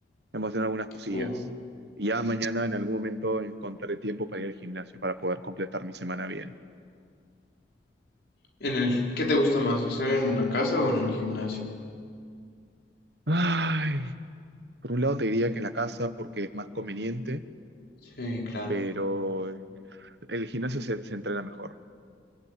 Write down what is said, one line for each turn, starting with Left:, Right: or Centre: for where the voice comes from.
Right: hemos hecho algunas cosillas.
Left: Uh,
Right: Y ya mañana en algún momento encontraré tiempo para ir al gimnasio para poder completar mi semana bien.
Left: en el, ¿qué te gusta más, hacer en la casa o en el gimnasio?
Right: Ay. Por un lado te diría que en la casa porque es más conveniente,
Left: Sí, claro.
Right: pero el gimnasio se, se entrena mejor.